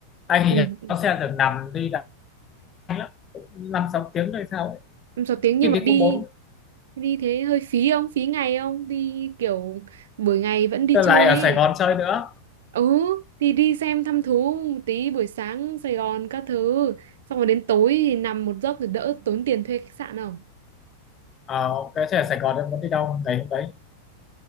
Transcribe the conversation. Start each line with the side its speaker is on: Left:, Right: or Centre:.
Left: anh thì
Right: Ui,
Left: nó xe thường nằm đi Đà Lạt lắm năm sáu tiếng rồi sao ấy.
Right: em sáu tiếng nhưng
Left: khi
Right: mà
Left: thì
Right: đi
Left: cũng bốn
Right: đi thế hơi phí không phí ngày không đi kiểu buổi ngày vẫn đi
Left: tôi
Right: chơi
Left: lại ở
Right: ấy
Left: Sài Gòn chơi nữa
Right: ừ thì đi xem thăm thú một tí buổi sáng Sài Gòn các thứ xong rồi đến tối thì nằm một giấc thì đỡ tốn tiền thuê khách sạn không
Left: ờ, ok thế ở Sài Gòn em muốn đi đâu đấy hôm đấy